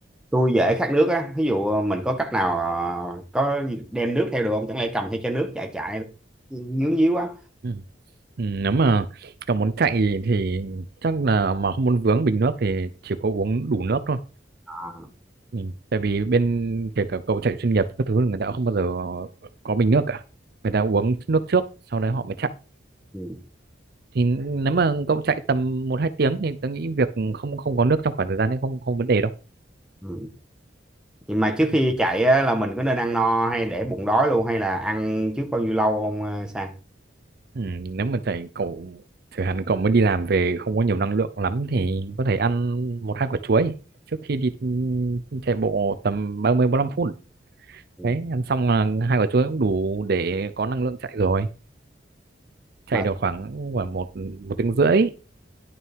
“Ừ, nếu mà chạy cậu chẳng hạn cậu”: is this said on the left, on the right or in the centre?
Right